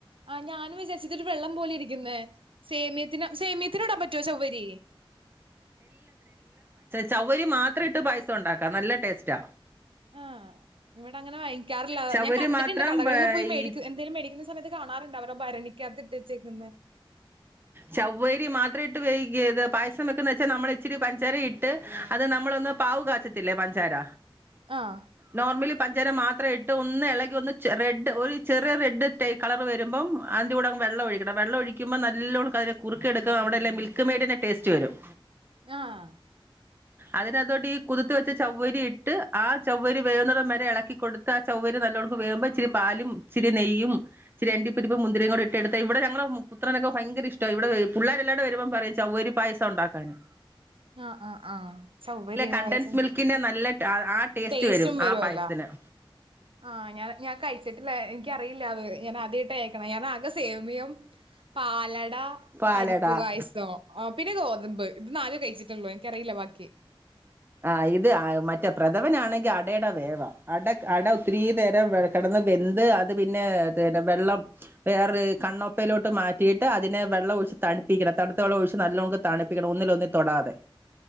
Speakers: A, on the right; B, on the right.
A: ആ ഞാനും വിചാരിച്ചിട്ടൊ ഒരു വെള്ളം പോലെ ഇരിക്കുന്ന സേമ സേമിത്തിോടാൻ പറ്റുവോ ചൗവരി
B: ചൗരി മാത്രം ഇട്ട് പൈസ ഉണ്ടാക്കാം നല്ല ടേസ്റ്റാ
A: ആഹ് ഇവിടെ അങ്ങനെ വാിക്കാറില്ല
B: ചവ്വരി
A: ഞാൻ കണ്ടിട്ടുണ്ട്
B: മാത്രം
A: കടകളിൽ പോയി മേട
B: ഈ
A: എന്തലും മേടിക്കുന്ന സമയത്ത് കാണാറുണ്ട് അവരെ ഭരണിക്കാത്തിട്ട് ച്ചേക്ക്പ
B: ചവ്വേരി മാത്ര ഇട്ട് വൈകിയത് പായസം വെക്കുന്ന വെച്ചാ നമ്മള ഇച്ചിരി പഞ്ചാര ഇട്ട് അത് നമ്മളൊന്ന പാവ് കാച്ചത്തില്ലേ പഞ്ചാര
A: ആഹ്
B: നോർമല പഞ്ചര മാത്രമ ഇട്ട് ഒന്ന് ഇളകി ഒന്ന് റെഡ് ഒരു ചെറിയ റെഡ് ടൈ് കളറ് വരുമ്പോ അതി്റെൂടെ വെള്ള ഒഴിക്കണം വെള്ളം ഒഴിക്കുമ്പോൾ നല്ല നല്ലെ കുുിയ എടുക്കും അവിടെ മിൽക്ക് മെയഡിന്റെ ടേസ്റ്റ് വരും
A: ആഹ
B: അതിനതുകൊണ്ട് ഈ കുതുത്ത് വെച്ച ചൗ്വരി ഇട്ട് ആ ചവ്വരി വേവുന്ന വരെ ഇളക്കി കൊടുത്ത് ആ ചൗവരി നല്ലവണ്ക്ക് വേുമ്പോ ഇിരി പാലും ചിരി നെയ്യും ചിരി രണ്ടിപ്പരി ഇപ്പ മുന്തിരിയും കൂടി ഇട്ട് എടുത്ത ഇവിടെ ഞങ്ങള പുത്രനൊക്കെ ഭയങ്കര ഇഷ്ട ഇവിടെ പിള്ളേരെല്ലാണ്ട് വരുമ്പോം പറയും ചര് പായസം ഉണ്ടാക്കാാന്
A: ആഹ ആഹ ആഹ സൗകര്യ
B: കണ്ടൻസ്
A: വായിച്ച
B: മിൽക്കിന്റെ നല്ല ആ ടേസ്റ്റ്
A: ടേസ്റ്റും
B: വരും
A: വരുവല്ല
B: ആ പായസത്തിന്
A: ആ ഞാ ഞാൻ കഴി കേട്ടില്ല എനിക്കറിയില്ല അത് ഞാൻ ആദ്യായിട്ട് കേക്കണേ ഞാൻ ആകെ സേമിയം പാലട
B: പാലട
A: പരിപ്പ് പായസം ആ പിന്നെ ഗോതമ്പ് ഇത് നാല് കഴിച്ചിട്ടുള്ളൂ എനിക്കറിയില്ല ബാക്കി
B: ആ ഇത് ആ മറ്റേ പ്രഥമനാണെങ്കി അടേടെ വേവാ അടക്ക് അട ഒത്തിരീ നേരം കെടന്ന് വെന്ത് അത് പിന്നെ <unintelligible> വേറെ കണ്ണോപ്പയിലോട്ട് മാറ്റിയിട്ട് അതിനെ വെള്ളം ഒഴിച്ച് തണുപ്പിക്കണം തണുത്ത വെള്ളം ഒഴിച്ച് നല്ലോക തണുപ്പിക്കണം ഒന്നിലും ഒന്നും തൊടാതെ